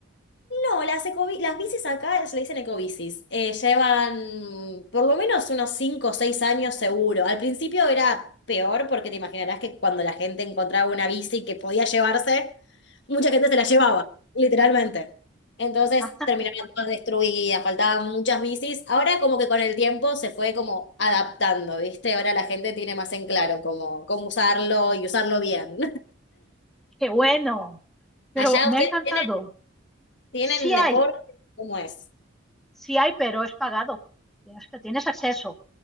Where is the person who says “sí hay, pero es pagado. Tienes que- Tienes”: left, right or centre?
Centre